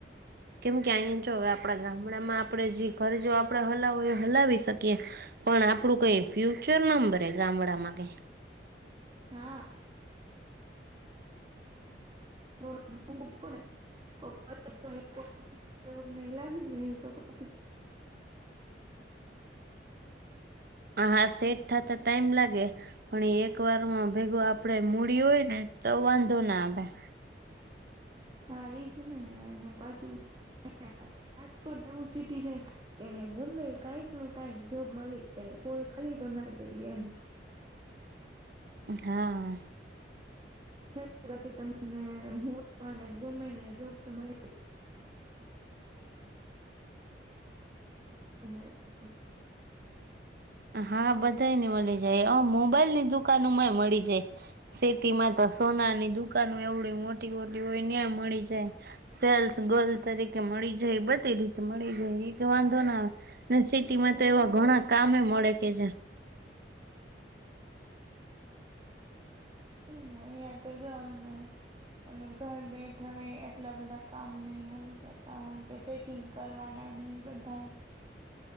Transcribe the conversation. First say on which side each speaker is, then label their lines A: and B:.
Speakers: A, on the right (about 55°); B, on the right (about 30°).
A: કેમ કે અહીયા જો હવે આપણા ગામડામાં આપણેે જે ઘર જોો આપણેે હલાવ હલાવી શકીએ પણ આપણું કઈ ફ્યુચર નંબરે ગામડામાં કઈ
B: હા <unintelligible> <inaudible> <unintelligible> <inaudible> <unintelligible> <inaudible> <unintelligible> <inaudible> જોબ નહી લાગી ગઈ તો પછી <inaudible> <unintelligible>
A: હા સેટ થત ટાઈમ લાગે. પણ એ એક વાર માં ભેગું આપે મૂડી હોય ને તો વાંધો ના આવેે
B: હા એજ ને યાર પાછું આજ પણ નવું સિટી છે કેને ગમે કઈક ને કઈક જોબ મળી જ જાય કોઈ ખાલી તો ના જરી એમ
A: હા
B: છે બાકી તમને ગમે જોબ તો મળી <unintelligible>
A: હા બધા ને મળી જાય મોબાઈલ ની દુકાનમાંય મળી જાય સિટી માં તો સોનાની દુકાાન એવડી મોટી મોટી હોયને મળી જાય સેલ્સ ગલ્ તરીકે મળી જાય બધી રીતે મળી જાય વાંધો
B: હા એજ
A: ના આવે ને સિટીમાં
B: અહીંયા
A: તો
B: એવું
A: એવા ઘણા
B: કઈ નથી
A: કામે મળે કે જે
B: એ નહી એ તો જો અમને અને ઘર બેઠા એ એટલા બધા કામ નને મળી જતા હોય કે પેકિંગ કરવાના નહીં બધા